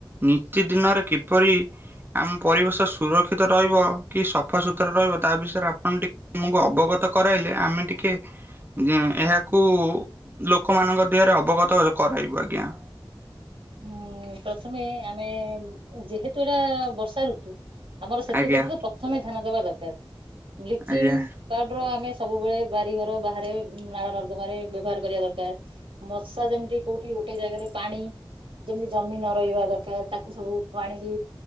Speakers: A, on the right; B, on the right.
A: ନିୀତିଦିନରେ କିପରି ଆମ ପରିବେଶ ସୁରକ୍ଷିତ ରହିବ କି ସଫା ସୁତୁର ରହିବ ତା ବିଷୟରେ ଆପଣ ଟିକ ଆମକୁ ଅବଗତ କରାଇଲେ ଆମେ ଟିକେ ଯେ ଏହାକୁ ଲୋକମାନଙ୍କ ଦେହରେ ଅବଗତ କରାଇବୁ ଆଜ୍ଞା।
B: ଉଁ, ପ୍ରଥମେ ଆମେ ଯେହେତୁ ଏଟା ବର୍ଷା ଋତୁ ଆମର ସେଥିପ୍ରତି
A: ଆଜ୍ଞା
B: ତ ପ୍ରଥମେ ଧ୍ୟାନ ଦବା ଦରକାର। ବ୍ଲିଚିଂ
A: ଆଜ୍ଞା।
B: ପାଉଡର ଆମେ ସବୁବେଳେ ବାରିଘର ବାହାରେ ନାଳ ନର୍ଦ୍ଦମାରେ ବ୍ୟବହାର କରିବା ଦରକାର। ମଶା ଯେମିତି କୋଉଠି ଗୋଟେ ଜାଗାରେ, ପାଣି ଯେମିତି ଜମି ନ ରହିବା ଦରକାର। ତାକୁ ସବୁ ପାଣିକି